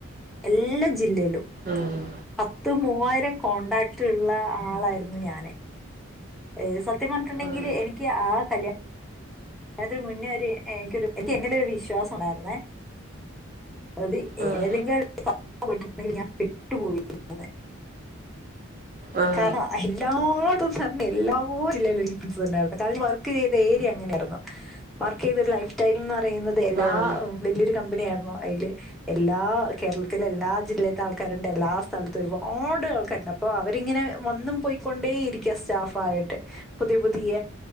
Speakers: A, in the centre; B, on the right.
A: എല്ല ജില്ലേലും
B: ആഹ്
A: പത്ത് മൂവായിരം കോൺടാക്ട്ള്ള ആളായിരുന്നു ഞാന്. ഏഹ് സത്യം പറഞ്ഞിട്ടുണ്ടെങ്കിൽ
B: ഉം
A: എനിക്ക് ആ കല്യാ ണത്തിന് മുന്നേ ഒരു എനിക്കൊരു എനിക്ക് എന്നിലൊരു വിശ്വാസം ഉണ്ടായിരുന്നേ അത്
B: ഉം
A: ഏതെങ്കിലും <unintelligible> ണ്ടെങ്കിൽ ഞാൻ പെട്ടുപോയിരുന്നേനെ
B: ഉം
A: കാരണം എല്ലാ ത്തും ഫ്രണ്ട് എല്ലാ ജില്ലയിലും ഫ്രണ്ട്സുണ്ടായിരുന്നു കാരണം വർക്ക് ചെയ്ത ഏരിയ അങ്ങനെയായിരുന്നു. വർക്കെയ്തരു ലൈഫ് സ്റ്റൈൽന്ന് പറയുന്നത് എല്ലാ
B: ഉം
A: വലിയൊരു കമ്പനിയായിരുന്നു അയില് എല്ലാ കേരളത്തിലെ എല്ലാ ജില്ലത്തെ ആൾക്കാരുണ്ട് എല്ലാ സ്ഥലത്തും ഒരുപാട് ആൾക്കാരുണ്ട് അപ്പൊ അവരിങ്ങനെ വന്നും പോയിക്കൊണ്ടേ ഇരിക്ക സ്റ്റാഫായിട്ട് പുതിയ പുതിയ